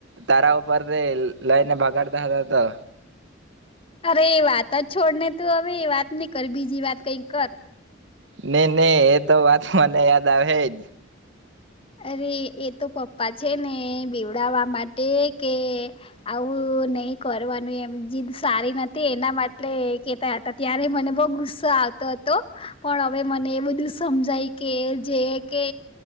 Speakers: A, on the right; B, on the left.
A: તારા ઉપર રે લઈને ભગાડતા હતા તો.
B: અરે એ વાત જ છોડને તું હવે એ વાત નહી કર બીજી વાત કઈક કર.
A: નહી નહી એ તો વાત મને યાદ આવેજ.
B: અરે એ તો પપ્પા છે ને બિવડાવવા માટે કે આવું નહી કરવાનું એમ જીદ સારી નથી એના માટલે કેતા હતા. ત્યારે મને બહઉ ગુસ્સો આવતો હતો, પણ હવે મને એ બધું સમજાય કે જે કે